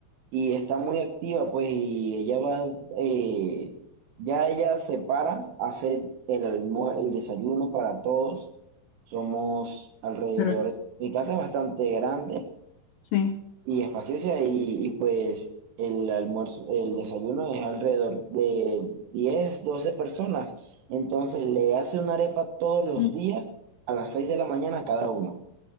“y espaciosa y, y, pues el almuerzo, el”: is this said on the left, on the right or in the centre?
Right